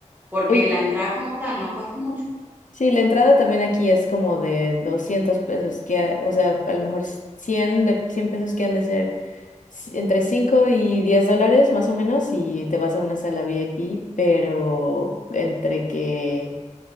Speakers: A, on the right; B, on the left.
A: Porque
B: Oye,
A: la entrada como tal no cuesta mucho,
B: Sí, la entrada también aquí es como de 200 pesos, que, a- o sea, a lo mejor cien de, cien pesos que han de ser ci- entre 5 y 10 dólares más o menos y te vas a una sala VIP, pero entre que